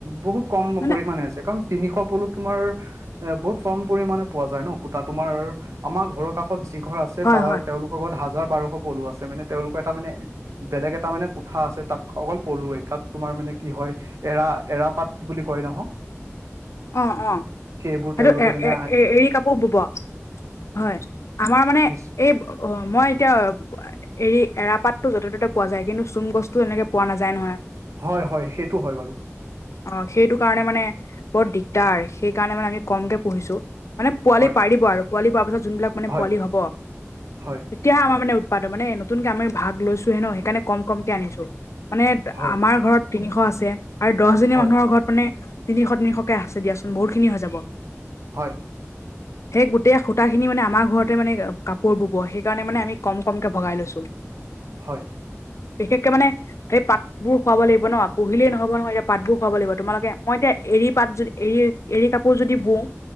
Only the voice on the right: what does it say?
বহুত কম
পৰিমানে আছে। কাৰণ তিনিশ পলো তোমাৰ এ বহুত কম পৰিমানে পোৱা যায় ন সূতা তোমাৰ, আমাৰ ঘৰৰ কাষত যি ঘৰ আছে
তাৰ
তেওঁলোক <unintelligible> লগত হাজাৰ বাৰশ পলু আছে মানে তেওঁলোকৰ এটা মানে <unintelligible> বেলেগ এটা মানে কোঠা আছে, তাত অকল পলুৱেই তাত তোমাৰ মানে কি হয় <inaudible> এৰা-এৰাপাট বুলি কয় নহয় <inaudible>
সেইবোৰ তেওঁলোকে
মানে
নিশ্চয়
হয়-হয় সেইটো হয় বাৰু। <unintelligible>
হয়
হয়
হয়
হয়
হয়
হয়।
হয়।